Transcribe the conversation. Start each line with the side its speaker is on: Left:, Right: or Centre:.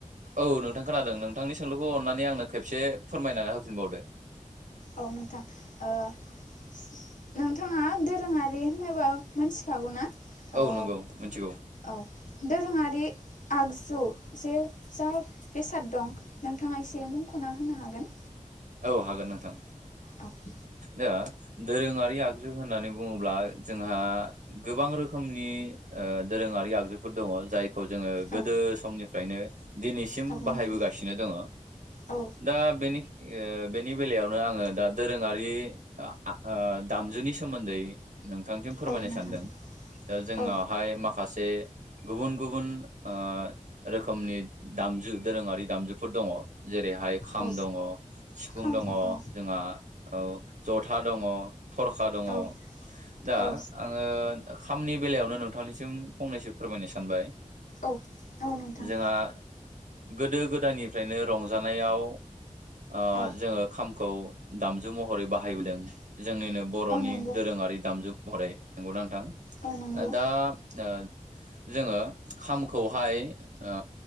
Right: ओ औ नोंथां खोनादों नोंथांनि सोंलुखौ अन्नानै आंनो खेबसे फोरमायनानै होफिनबावदो
Left: औ नोंथां ओ नोंथाङा दोरोङारि होनोबा मोनथिखागौ ना
Right: औ
Left: ओ
Right: नंगौ मिथिगौ
Left: औ दोरोङारि आगजु जे जा बेसाद दं नोंथाङा एसे मुंखना होनो हागोन
Right: औ हागोन नोंथां
Left: औ
Right: दा दोरोङारि आगजु होननानै बुङोब्ला जोंहा गोबां रोखोमनि ओ दोरोङारि आगजुफोर दङ जाय खौ जोङो गोदो
Left: औ
Right: समनिफ्रायनो दिनैसिम
Left: औ
Right: बाहायबोगासिनो
Left: नोंथां
Right: दङ
Left: औ
Right: दा बेनि ओ बेनि बेलायावनो आङो दा दोरोङारि आ ओ दामजुनि सोमोन्दै नोंथांसिम फोरमायनो
Left: औ नोंथां
Right: सानदों दा जोंनावहाय
Left: औ
Right: माखासे गुबुन गुबुन ओ रोखोमनि दामजु दोरोङारि दामजुफोर दङ जेरैहाय खाम
Left: औ
Right: दङ सिफुं
Left: खाम
Right: दङ
Left: औ
Right: जोंहा औ जथा दङ दङ थरखा दङ
Left: औ
Right: दा
Left: औ
Right: आङो खामनि बेलायावनो नोंथांनिसिम फंनैसो फोरमायनो सानबाय
Left: औ दङ नोंथां
Right: जोंहा गोदो गोदायनिफ्रायनो रंजानायाव ओ
Left: औ
Right: जोंङो खामखौ दामजु महरै बाहायबोदों जोंनिनो बरनि
Left: औ नंगौ
Right: दोरोङारि दामजु ओमफ्राय नंगौ नों थां
Left: औ नंगौ
Right: ओ दा ओ जोंङो खामखौहाय ओ